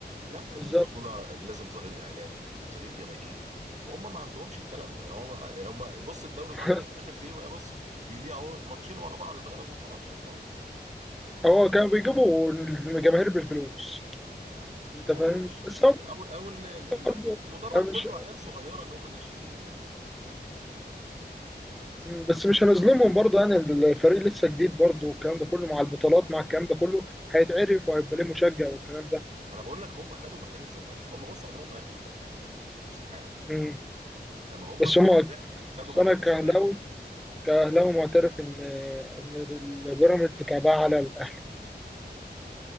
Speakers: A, on the right; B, in the centre.
A: لا البطولة
B: بالظبط
A: لازم ظهير إعلامي ظهير جماهيري وهم ما عندهمش الكلام ده هم هم بص الدوري
B: <laughs>
A: ضاع منهم في الآخر في إيه بص بيضيعوا ماتشين ورا بعض اتغلبوا وخلاص شكرا
B: هو كانوا بيجيبوا الجماهير بالفلوس أنت فاهم؟
A: أيوه مش
B: بس هم
A: أول أول الم-
B: برضه
A: المدرج
B: أنا
A: كله
B: مش
A: عيال صغيرة اللي هم الناشئين يعني
B: مم، بس مش هنظلمهم برضه يعني الفريق لسه جديد برضه والكلام ده كله مع البطولات مع الكلام ده كله هيتعرف وهيبقى ليه مشجع والكلام ده
A: وأنا بقول لك هم خدوا مكان الزمالك هم بص عمرهم ما هياخدوا مكان الأهلي استحالة
B: مم.
A: إنما هم
B: بس هما
A: فعلا خدوا
B: بس
A: مكان
B: انا
A: الزمالك
B: كاهلاوي كاهلاوي معترف ان ان البيراميدز كعبها على الاهلي